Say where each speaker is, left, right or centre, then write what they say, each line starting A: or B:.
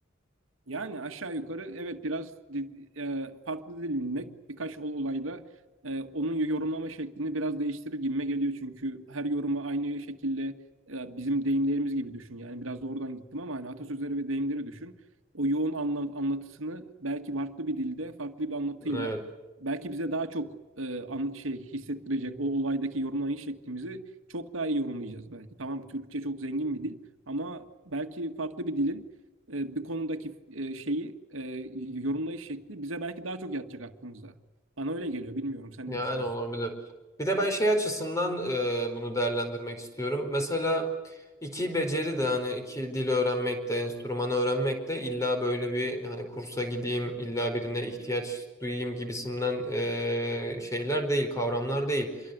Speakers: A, on the right; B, on the left.
A: Yani aşağı yukarı evet biraz di- e, farklı dilinmek birkaç ol- olayda e, onun yorumlama şeklini biraz değiştirir gibime geliyor. Çünkü her yorumu aynı şekilde e, bizim deyimlerimiz gibi düşün. Yani biraz da oradan gittim ama hani atasözleri ve deyimleri düşün. O yoğun anla- anlatısını belki farklı bir dilde, farklı bir anlatıyla
B: Evet.
A: belki bize daha çok e, an- şey hissettirecek o olaydaki yorumlayış şeklimizi çok daha iyi yorumlayacağız belki. Tamam Türkçe çok zengin bir dil ama belki farklı bir dilin e, bir konudaki e, şeyi e, yorumlayış şekli bize belki daha çok yatacak aklımızda. Bana öyle geliyor. Bilmiyorum sen
B: Yani
A: ne düşünüyorsun?
B: olabilir. Bir de ben şey açısından e, bunu değerlendirmek istiyorum. Mesela iki beceri de hani iki dil öğrenmek de enstrümanı öğrenmek de illa böyle bir hani kursa gideyim illa birine ihtiyaç duyayım gibisinden e, şeyler değil kavramlar değil.